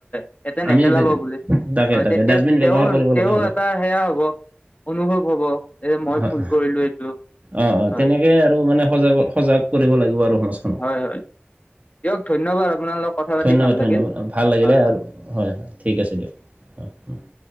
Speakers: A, on the left; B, on the right.
A: <unintelligible> এয়াতে,
B: আমি
A: নেপেলাব
B: উঠাই দিম
A: বুলি।
B: তাকে
A: হয়!
B: তাকে
A: তেতিয়া
B: ডাষ্টবিন
A: তেওঁ,
B: ব্যৱহাৰ কৰিব
A: তেওঁ
B: লাগে সদায়
A: এটা, সেয়া হ'ব, অনুভৱ হ'ব। এ মই
B: হয়,
A: ভুল কৰিলো এইটো
B: অ' অ'!
A: হয়
B: তেনেকে আৰু মানে, সজগ-সজাগ কৰিব লাগিব আৰু সংস্কৃ
A: হয়, হয়! দিয়ক ধন্যবাদ আপোনাৰ লগত কথা পাতি
B: ধন্যবাদ,
A: ভাল লাগিল
B: ধন্যবাদ! ভাল লাগিলে
A: হয় হয়
B: আৰু হয়, হয়! ঠিক আছে দিয়ক। <unintelligible>